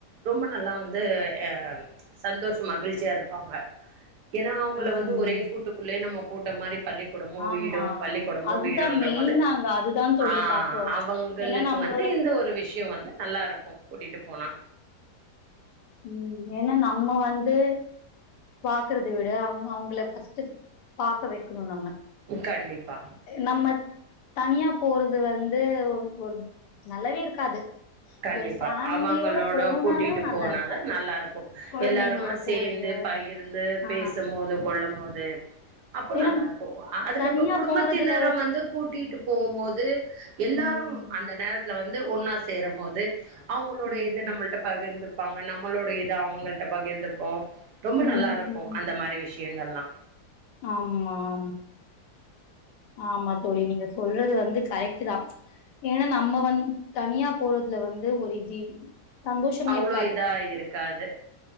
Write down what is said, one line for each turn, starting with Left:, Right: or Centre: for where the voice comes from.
Right: ரொம்ப நல்லா வந்து ஆஹ சந்தோஷம் மகிழ்ச்சியா இருப்பாங்க ஏன்னா. அவங்கள
Left: ம்
Right: வந்து ஒரே கூட்டுக்குள்ளயே நம்ம. போட்ட மாரி. பள்ளிக்கூடமும்
Left: ஆமா
Right: வீடும் பள்ளிக்கூடமும்
Left: அதுதா
Right: வீடும்ன்ற
Left: மெயின்
Right: மோது
Left: நாங்க அதுதா தோழி
Right: ஆஹ
Left: பாத்தோ
Right: அவங்களுக்கு
Left: ஏன்னா நம்மளோட
Right: வந்து இந்த ஒரு விஷயோ வந்து. நல்லாருக்கும். கூட்டிட்டு போனா.
Left: உம் ஏன்னா நம்ம வந்து. பார்க்கறது விடு. அவுங்க அவுங்கல பஸ். பாக்க வைக்கணும் நம்ம
Right: கண்டிப்பா
Left: நம்ம. தனியா போறது வந்து ஒரு நல்லாவே இருக்காது.
Right: கண்டிப்பா
Left: ஒரு ஃபேமிலியோட
Right: அவங்களோட
Left: போனாதா
Right: கூட்டிட்டு
Left: நல்லா
Right: போனாதா.
Left: இருக்கு
Right: நல்லா இருக்கும்.
Left: கொழந்தைங்களோட
Right: எல்லாருமா சேர்ந்து
Left: போறது
Right: பகிர்ந்து
Left: ஆ
Right: பேசும்போது கொள்ளம் போது. அப்போ
Left: ஏன்னா
Right: நல்லா இருக்கும் அதுக்கப்புறோ
Left: தனியா
Right: குடும்பத்தினரு
Left: போறதுல
Right: வந்து கூட்டிட்டு. போம்போது. எல்லாரும்
Left: ம்
Right: அந்த நேரத்துல வந்து. ந்து ஒன்னா சேரும் போது. அது. அவங்களோட
Left: ம்
Right: இத நம்மள்ட பகிர்ந்து. ப்பாங்க நம்மளோட இது அவங்கள்ட்ட பகிர்ந்துப்போ. ரொம்ப
Left: ம்
Right: நல்லா இருக்கு
Left: ம்.
Right: அந்த மாரி விஷயங்கள்ல்லா.
Left: ஆமா ஆம். ஆமா தோழி நீங்க சொல்றது வந்து. கரெக்ட்தா. ஏன்னா நம்ம வந்து தனியா போறதுல வந்து ஒரு. இது சந்தோஷமே
Right: அவ்வளவு
Left: இருக்காது.
Right: இதா இருக்காது.